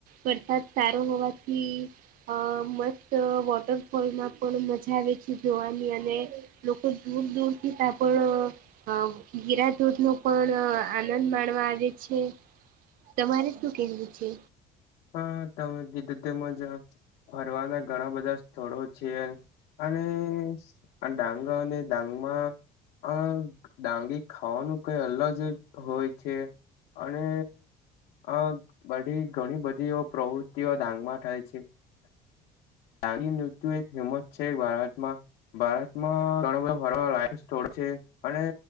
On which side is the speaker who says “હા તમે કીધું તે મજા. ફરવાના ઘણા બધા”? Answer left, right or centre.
Left